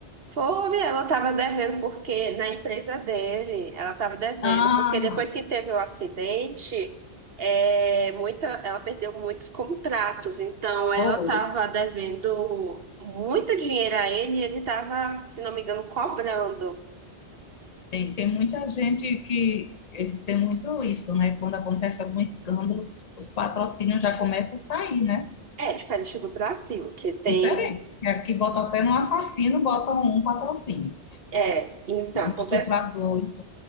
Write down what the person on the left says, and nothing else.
Ah,
foi.
Tem, tem muita gente que eles têm muito isso, né? Quando acontece algum escândalo, os patrocínios já começam a sair, né?
Diferente. Aqui bota até no assassino, bota um patrocínio.
Um
estuprador,